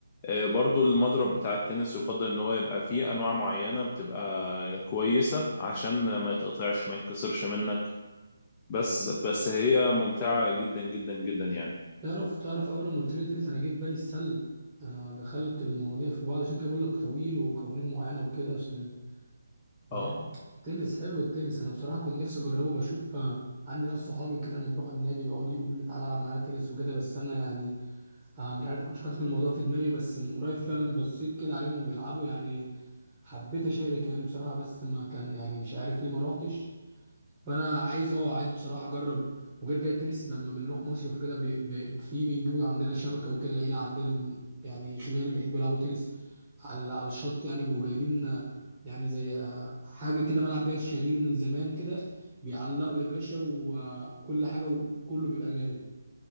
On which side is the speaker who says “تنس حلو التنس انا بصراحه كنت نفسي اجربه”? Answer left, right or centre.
Right